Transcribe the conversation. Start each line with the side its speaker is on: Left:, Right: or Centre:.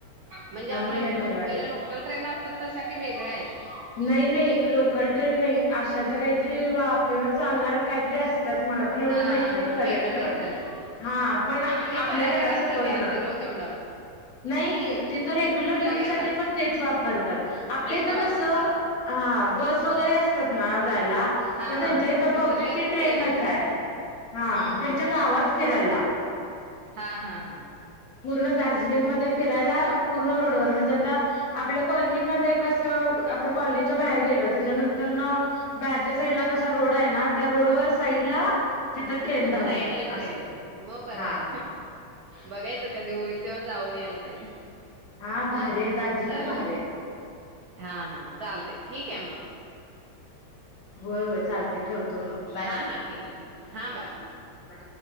Right: म्हणजे
Left: त्यामुळे
Right: आपल्या इकड
Left: लय भारी
Right: मुंबईला
Left: वाटतं
Right: लोकल ट्रेन असतात तशा काही वेगळ्या आहेत.
Left: नाही नाही लोकल ट्रेन नाही. अशात तर काहीतरी वाफेवर चालणार काहीतरी असतात मला पण एवढं
Right: हा
Left: माहित
Right: हा
Left: नाही
Right: हा वेगळं
Left: करेल.
Right: काहीतरी असेल
Left: हा पण
Right: ते
Left: आपल्या
Right: पर्यटकांसाठी
Left: घर असं फरलं.
Right: असेल हो तेवढं
Left: नाही तिथ रेग्युलर
Right: सगळ्यांनाच
Left: युथ सा पण तेच वापरतात आपलंथ
Right: तेच वापरतात
Left: कस. हा बस वगैरे असतात. ना
Right: हा
Left: त्यांच्या
Right: हा हा
Left: इथ
Right: तसं
Left: ब
Right: तेच
Left: ट्रेन आहे
Right: असते हम्म
Left: ह.
Right: हम्म
Left: त्यांच्या
Right: हम्म
Left: गावात फिरायला
Right: हा हा हा.
Left: पूर्ण दार्जिलिंगमध्ये फिरायला पूर्ण रोडवर म्हणजे आता आपल्या कॉलनीमध्ये कस. आता कॉलनीच्या बाहेर गेलं त्याच्यानंतर बा साईड कसा रोड आहे ना त्या रोड व साईड ला तिथ ट्रेन धावत्या
Right: साईडला ट्रेन
Left: असं.
Right: मग बरंय
Left: हा
Right: बघायचं कधी होईल तेव्हा जाऊन यायला पाहिजे.
Left: हा भारी आहे दार्जिलिंग
Right: चालेल
Left: भारी आहे
Right: हा हा चालते ठीक आहे मग
Left: होय होय चालत ठेवतो मग बाय
Right: हां हां ठीक आहे ठेवा हां बाय
Left: बाय.